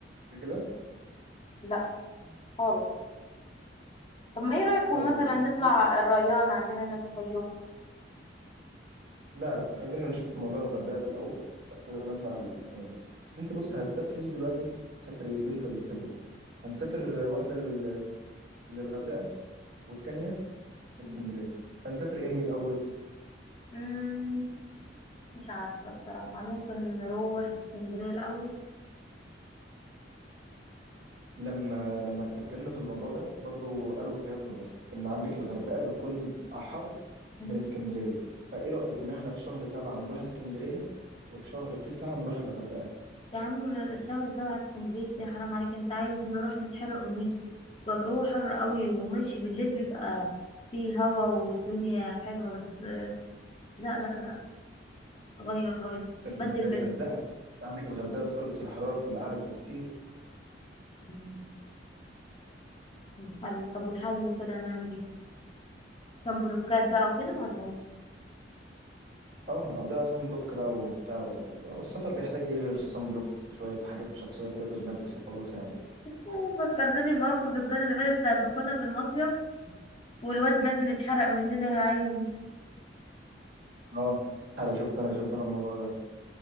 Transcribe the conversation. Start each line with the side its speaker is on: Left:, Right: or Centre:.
Right: قبل كده
Left: لا خالص طب ما ايه رأيكم
Right: طيب
Left: مثلا
Right: يبقى
Left: نطلع
Right: أكيد.
Left: الريان عندنا هنا في الفيوم؟
Right: لا لا خلينا نشوف موضوع الغردقه ده الاول بعد كده نطلع ال- الريان بس انت بص هتسافري دلوقتي سفريتين في الصيف ده هنسافر واحده لل... للغردقه والتانيه لاسكندريه
Left: مم،
Right: فهنسافر انهي الاول
Left: مم، مش عارفة الصراحة ممكن نروح اسكندرية الأول
Right: لما لما اتكلمنا في الموضوع ده برضو قالوا وجهات نظر ان عندك الغردقة بتكون احر
Left: مم.
Right: من اسكندرية فايه رأيك ان احنا في شهر سبعة نروح اسكندرية وفي شهر تسعة نروح الغردقة
Left: يا عم الشهر سبعة اسكندرية دي حرام عليك انت عايز نروح نتحرق ونيجي بيبقى الجو حر قوي وماشي بالليل بيبقى فيه هوا والدنيا حلوة بس لا لا لا غير غير
Right: بس
Left: بدل
Right: مش زي
Left: بينهم
Right: الغردقة انت عندك الغردقة درجة الحرارة بتبقى اعلى بكتير
Left: مم. الحل طب والحل كده نعمل ايه كان بلوكات بقى وكده ولا ايه
Right: اه هنقضيها صن بلوك بقى وبتاع و- والسفر بيحتاج ايه غير صن بلوك وشوية حاجات شخصية كده كوزماتكس وخلاص يعني
Left: آه، فكرتني بموقف السنة اللي فاتت ساعة ما كنا في المصيف والواد مازن اتحرق مننا يا عيني
Right: اه انا شفت انا شفت انا الموضوع ده